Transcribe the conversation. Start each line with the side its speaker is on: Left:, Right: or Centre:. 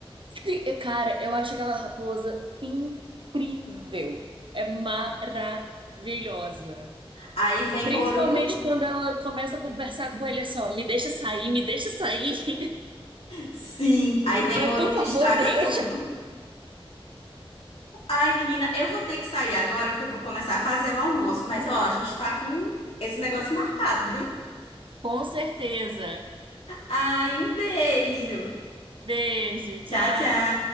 Right: <laughs> Cara, eu acho aquela raposa incrível. É maravilhosa.
Left: Aí vem
Right: Principalmente
Left: Boruto.
Right: quando ela começa a conversar com ele assim, ó, me deixa sair, me deixa sair. <laughs>
Left: Sim, aí vem
Right: Mas,
Left: Boruto
Right: por favor,
Left: e estraga
Right: deixa!
Left: tudo. Ai, menina, eu vou ter que sair agora porque eu vou começar a fazer o almoço. Mas ó, a gente tá com esse negócio marcado, viu?
Right: Com certeza.
Left: Ai, um beijo.
Right: Beijo, tchau.
Left: Tchau, tchau.